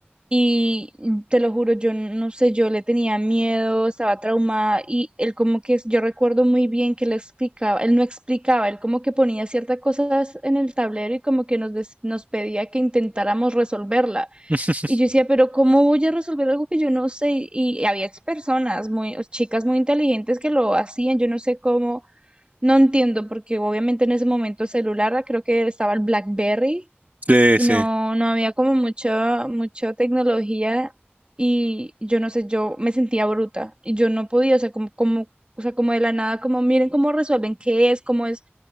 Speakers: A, on the right; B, on the right.
A: Y te lo juro, yo no sé, yo le tenía miedo, estaba traumada y él como que, yo recuerdo muy bien que le explicaba, él no explicaba, él como que ponía ciertas cosas en el tablero y como que nos, des- nos pedía que intentáramos resolverla.
B: <laughs>
A: Y yo decía, pero ¿cómo voy a resolver algo que yo no sé? Y, y había personas muy, chicas muy inteligentes que lo hacían, yo no sé cómo, no entiendo, porque obviamente en ese momento el celular, creo que estaba el BlackBerry
B: Sí,
A: y
B: sí,
A: no, no había como mucha, mucha tecnología y yo no sé, yo me sentía bruta y yo no podía, o sea, como, como, o sea, como de la nada, como miren cómo resuelven, qué es, cómo es,